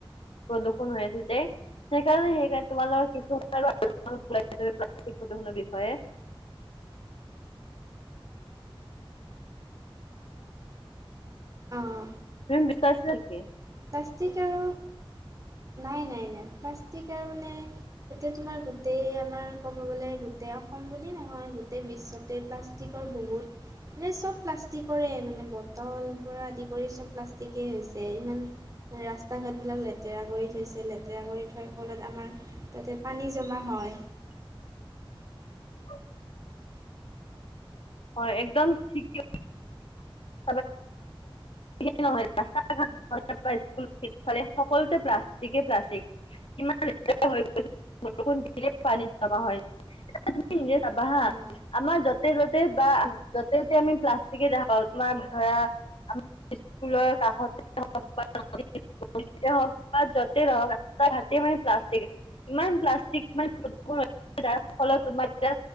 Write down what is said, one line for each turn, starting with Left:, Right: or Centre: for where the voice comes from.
Left: প্ৰদূষণ হৈ আছে যে। সেইকাৰণে সেইকাৰণে তোমালোকৰ কিছু কথা আলোচনা কৰিব ওলাইছিলোঁ প্লাষ্টিক প্ৰদূষণৰ বিষয়ে। <inaudible>
Right: অঁ
Left: তুমি <unintelligible> নেকি
Right: প্লাষ্টিক আৰু নাই-নাই-নাই। প্লাষ্টিক আৰু মানে এতিয়া তোমাৰ গোটেই আমাৰ কব গলে গোটেই অসম বুলি নহয় গোটেই বিশ্বতে প্লাষ্টিকৰ বহুত মানে চব প্লাষ্টিকৰে মানে বটল পৰা আদি কৰি চব প্লাষ্টিকেই হৈছে। ইমান মানে ৰাস্তা ঘাটবিলাক লেতেৰা কৰি থৈছে। লেতেৰা কৰি থোৱাৰ ফলত আমাৰ তাতে পানী জমা হয়।
Left: <inaudible> অ একদম ঠিকে <unintelligible> স নহয় ৰাস্তা- ঘাট, স্কুলপিছফালে সকলোতে প্লাষ্টিকে, প্লাষ্টিক। ইমান লেতেৰা হৈ গৈছে বৰষুণ দিল পানী জমা হয়। তুমি নিজে চাবা হা
Right: অঁ
Left: আমাৰ য'তে য'তে বা য'তে ত'তে আমি প্লাষ্টিকে দেখা পাওঁ তোমাৰ ধৰা আমাৰ স্কুলৰ কাষতে হওঁক বা নদীৰ হওঁক বা য'তে নহওঁক ৰাস্তা- ঘাটে মানে প্লাষ্টিক। ইমান প্লাষ্টিক মানে <unintelligible> যাৰ ফলত তোমাক এতিয়া